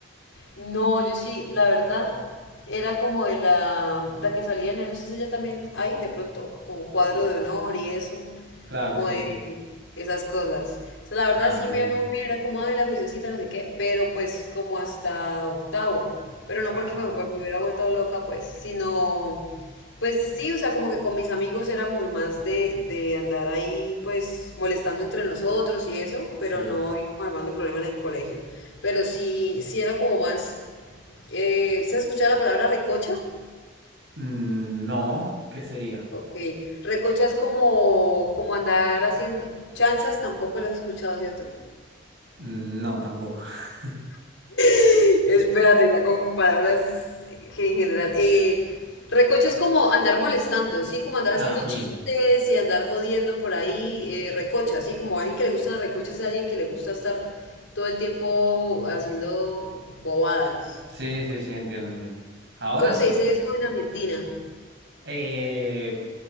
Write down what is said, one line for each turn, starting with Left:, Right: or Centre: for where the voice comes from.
Left: No, yo sí, la verdad, era como de la, la que salía en, no sé si ella también hay, de pronto, como cuadro
Right: Sí,
Left: de honor y eso,
Right: claro,
Left: como
Right: sí,
Left: de
Right: sí.
Left: esas cosas. O sea, la verdad
Right: Ah,
Left: sí
Right: bien.
Left: me iba muy bien, era como, ay, la juiciosita, no sé qué, pero pues como hasta octavo, pero no
Right: Ajá,
Left: porque me, me hubiera vuelto loca, pues, sino, pues sí, o sea, como que con mis amigos éramos más de, de andar ahí, pues, molestando entre nosotros y eso,
Right: sí.
Left: pero no, digamos, armando problema en el colegio pero sí, sí era como más. Eh, ¿se ha escuchado la palabra recocha?
Right: Mm, no, ¿qué sería?
Left: Ok. Recocha es como, como andar haciendo. Chanzas tampoco las has escuchado, ¿cierto?
Right: Mm, no, tampoco. <laughs>
Left: <laughs> Espérate, está con palabras en general. Eh, recocha es como andar molestando, ¿sí? Como andar
Right: Ah,
Left: haciendo
Right: bien.
Left: chistes y andar jodiendo por ahí. eh, recocha, ¿sí? Como alguien que le gusta la recocha es alguien que le gusta estar todo el tiempo haciendo bobadas.
Right: Sí, sí,
Left: ¿Cómo,
Right: sí, entiendo, entiendo. Ahora
Left: cómo
Right: sí.
Left: se dice eso en Argentina?
Right: Eh,